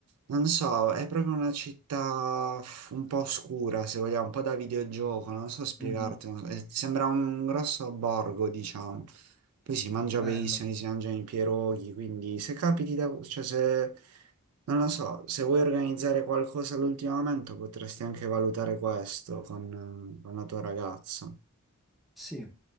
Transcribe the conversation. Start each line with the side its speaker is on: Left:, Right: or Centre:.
Right: Non so, è proprio una città f- un po' oscura, se vogliamo, un po' da videogioco, non so spiegarti.
Centre: mhm.
Right: non- so, eh, Sembra un grosso borgo, diciamo. Poi si mangia
Centre: Bello.
Right: benissimo, si mangiano i pierogi, quindi se capiti da... cioè se... non lo so, se vuoi organizzare qualcosa all'ultimo momento potresti anche valutare questo con, eh, con la tua ragazza.
Centre: Sì,